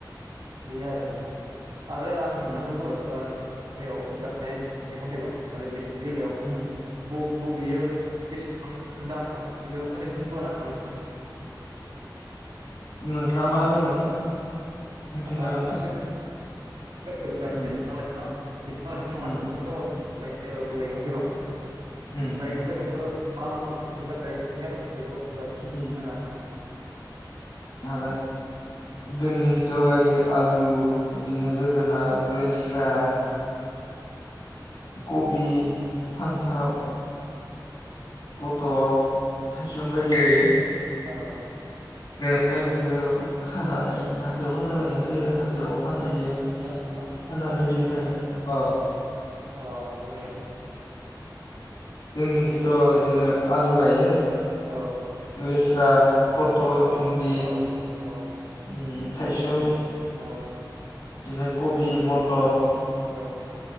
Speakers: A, on the right; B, on the left.
A: बेनो आरो। थां आरो आं नोंथांखौबो
B: उम उम
A: ओ नायाव गायनाय मैगं थाइगं आरो गेलेयाव
B: उम
A: ब बबेयो बेसेबां दाम थां बेखौ फंनैसो होनो हागोन नामा?
B: नोंथाङा मा होनदोंमोन? होनफिननो
A: न <unintelligible>
B: हागोन ना?
A: अ <unintelligible> <unintelligible> बिफां
B: उम
A: लाइफां बिफां लाइफां नङा
B: उम
A: नों <unintelligible> गायनाय औ मैगं थाइगं
B: उम
A: मैगं थाइगंखौ मा मा मैगं थाइगं गाय
B: उम
A: न <unintelligible> <unintelligible>
B: हागोन जोंनि खिथियाव गायो। आलु, बिदिनो जोगोनार, लेस्रा खबि, फान्थाव पथल, थाइसुम बायदि गायो।
A: औ
B: गायनानै बेखौ खानानै हाथायाव फाननो लांनाय जायो। हाथायाव फानहैयो
A: हेल' नोंथां
B: फाननानै बेनिफायनो अ'
A: अ' बुंलाय
B: जोंनिखिथ' बिदिनो आलु गायो।
A: औ
B: लेस्रा पटल,
A: औ
B: भिन्दि
A: औ औ
B: उम थाइसुम।
A: औ।
B: बिदिनो कबि मथर
A: औ।